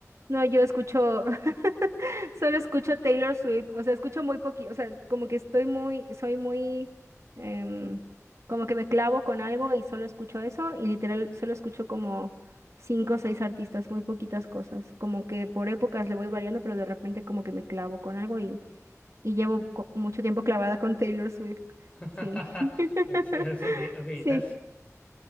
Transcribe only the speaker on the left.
<laughs>
En serio, O sea que, ok, estás